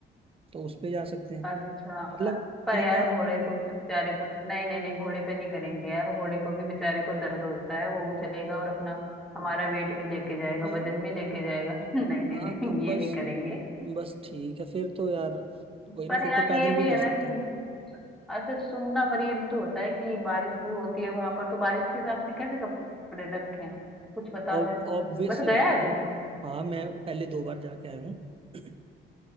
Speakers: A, on the right (about 30°); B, in the centre.
A: तो उस पे जा सकते हैं
B: अच्छा
A: मतलब
B: पर
A: पूरा
B: यार घोड़े को भी तो बेचारे को नहीं नहीं नहीं घोड़े पे नहीं करेंगे यार घोड़े को भी बेचारे को दर्द होता है वो
A: हाँ
B: चलेगा और अपना हमारा वेट भी लेके जाएगा
A: हाँ,
B: वजन भी लेके जाएगा <laughs> नहीं नहीं
A: हाँ,
B: नहीं
A: तो बस
B: ये नहीं करेंगे
A: बस ठीक है फिर तो यार कोई
B: पर
A: नहीं फिर
B: यार
A: तो पैदल
B: ये भी
A: भी कर
B: है ना
A: सकते
B: कि
A: हैं
B: अच्छा सुनना पर ये भी तो होता है कि बारिश भी होती है वहां पर तो बारिश के हिसाब से कैसे कपड़े रखें कुछ बताओ
A: ऑब्वियस
B: मेरे को बस
A: सी
B: गया
A: बात
B: है
A: है
B: तू
A: हाँ मैं पहले दो बार जाके आया हूँ <clears throat>